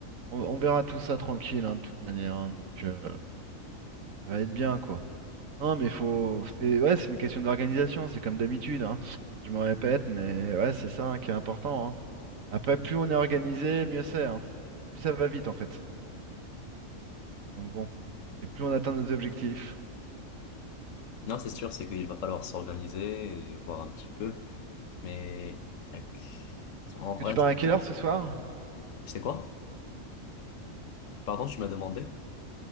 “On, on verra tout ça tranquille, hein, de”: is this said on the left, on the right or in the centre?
Right